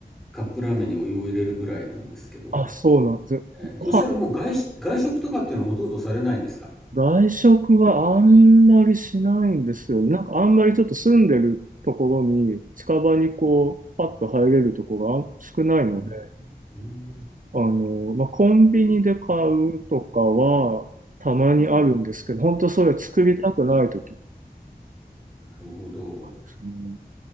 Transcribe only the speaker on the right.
あ、そうなんです。
ご飯、
外食はあんまりしないんですよ。なんかあんまりちょっと住んでるところに、近場にこう、パッと入れるとこが少ないので、
あの、まあ、コンビニで買うとかは、たまにあるんですけど、本当それ作りたくない時
うん、